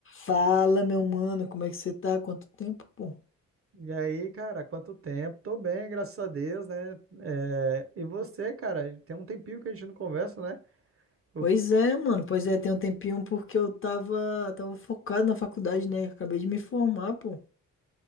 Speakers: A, on the left; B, on the right.
A: Fala, meu mano, como é que você tá? Quanto tempo, pô?
B: E aí, cara, quanto tempo? Tô bem, graças a Deus, né? É, E você, cara, tem um tempinho que a gente não conversa, né? Eu-
A: Pois é, mano, pois é, tem um tempinho porque eu tava, tava focado na faculdade, né? Acabei de me formar, pô.